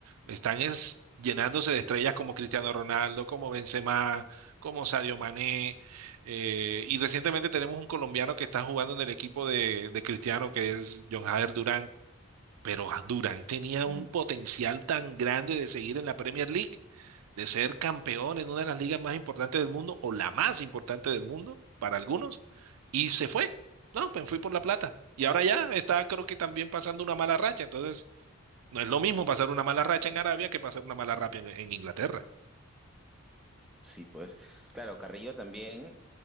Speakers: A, on the right; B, in the centre.
A: Están es, llenándose de estrellas como Cristiano Ronaldo, como Benzema, como Sadio Mané. eh, y recientemente tenemos un colombiano que está jugando en el equipo de, de Cristiano, que es John Jader Durán pero ah, Durán tenía un
B: Mm,
A: potencial tan grande de seguir en la Premier League, de ser campeón en una de las ligas más importantes del mundo o la más importante del mundo para algunos, y se fue. No, pues fui por la plata. Y ahora ya está, creo que también pasando una mala racha. Entonces, no es lo mismo pasar una mala racha en Arabia que pasar una mala racha en, en Inglaterra.
B: sí, pues. Claro, Carrillo también